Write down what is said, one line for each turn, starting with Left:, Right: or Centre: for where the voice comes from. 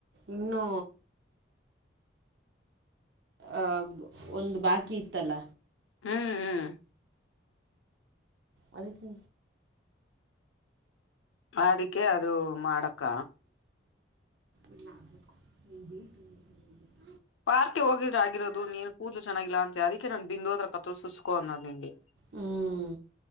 Right: ಇನ್ನೂ ಆ ಒಂದು ಬಾಕಿ ಇತ್ತಲ್ಲ
Left: ಹ್ಮ್ ಹ್ಮ್
Right: ಅದತಿ
Left: ಅದಕ್ಕೆ ಅದು ಮಾಡಕ್ಕ
Right: ಇಲ್ಲ ಅದಕ್ಕು ನೀಗೆ ಬೇ ತಿತೀ <unintelligible>
Left: ಪಾರ್ಕ್ಗೆ ಹೋಗಿದ್ರ ಆಗಿರೋದು ನೀನ್ ಕೂದಲು ಚನ್ನಾಗಿಲ್ಲ ಅಂತ ಅದಕ್ಕೆ ನನ್ ಬಿಂದು ಅತ್ರ ತ್ರ ಸುಸ್ಕೋ ಅನ್ನೋದ ನಿಂಗೆ
Right: ಹ್ಞೂ